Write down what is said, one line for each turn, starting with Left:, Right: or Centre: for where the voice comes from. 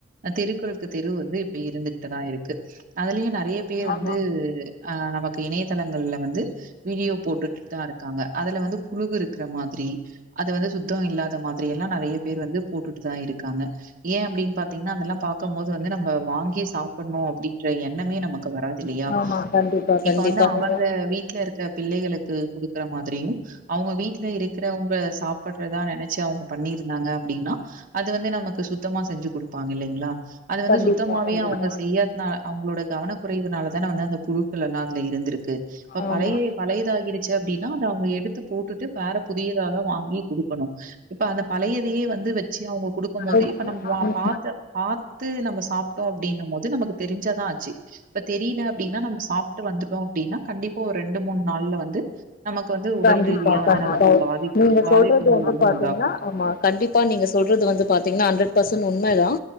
Right: தெருக்களுக்கு தெரு வந்து இப்ப இருந்துகட்டுதா இருக்கு அதுலயு நெறை றைய பேர்
Left: ஆமா
Right: வந்து அ நமக்கு இணையதளங்கள்ல வந்து வீடியோ போட்டுட்டுதா இருக்காங்க அதுல வந்து புழுகு இருக்கிற மாதிரி அது வந்து சுத்தம் இல்லாத மாதிரி எல்லா நிறைய பேர் வந்து போட்டுட்டுதா இருக்காங்க ஏன் அப்டின்னு பாத்தீங்கன்னா அதெல்லா பாக்கும் போது வந்து நம்ம வாங்கி சாப்பிடணு அப்படின்ற எண்ணமே நமக் குவராத் இல்லையா
Left: ஆமா கண்டிப்பா கண்டிப்பா
Right: இப்ப வந்து
Left: நீங்க
Right: அவங்க வீட்ல இருக்க பிள்ளைகளுக்கு குடுக்குற மாதிரியும் அவங்க வீட் ட்ல இருக்கிறவங்க சாப் பற்றதா நினைச்சு அவங்க பண்ணியிருந்தாங்க அப்டின்னா அது வந்து நமக்கு சுத்தமா செஞ்சு கொடுப்பாங்க இல்லைங்களா அது வந்து
Left: கண்டிப்பா
Right: சுத்தமாவே
Left: கண்டிப்பா
Right: அவங்க செய்யாதுனால் அவங்களோட கவனக் குறைவுனால தானே வந்து அந்த புழுக்கள் எல்லாம் அதுல இருந்திருக்கு இப்ப
Left: ஆமா
Right: பழைய பழையது ஆகிருச்சு அப்டின்னா அதை அவங்க எடுத்து போட்டுட்டு வேற புதியதாதான் வாங்கி கொடுக்கணும் இப்ப அந்த பழையதையே வந்து வச்சு அவங்க குடுக்கும் போது
Left: ஓகே
Right: இப்ப நம்ம வா
Left: ம்
Right: பாத்த பார்த்து நம்ம சாப்ட்டோம் அப்டின்னும் போது நமக்கு தெரிஞ்சாதான் ஆச்சு இப்ப தெரியல அப்டின்னா நம்ப சாப்ட்டு வந்துட்டோம் அப்டின்னா கண்டிப் ஓ ரெண்டு மூணு நாள்ல வந்து நமக்கு வந்து உடல்
Left: கண்டிப்பா
Right: ரீதியா வந்து
Left: கண்டிப்பா
Right: நமக்கு பாதிப்பு
Left: நீங்க
Right: பாதிப்புகள்
Left: சொல்றது வந்து பாத்தீங்கன்னா
Right: உண்டாகும்.
Left: ஆமா கண்டிப்பா நீங்க சொல்றது வந்து பாத்தீங்கன்னா ஹண்ட்ரட் பர்சன்ட் உண்ம் ண்ம தான்